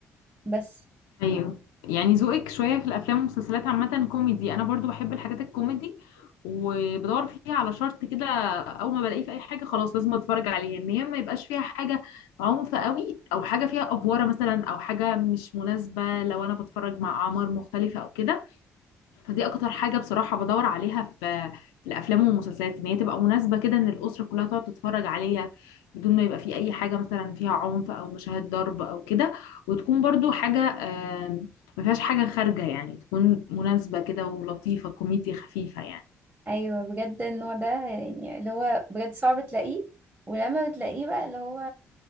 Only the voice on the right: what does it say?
بس
ايوه بجد النوع ده يعني اللي هو بجد صعب تلاقيه ولما بتلاقيه بقى اللي هو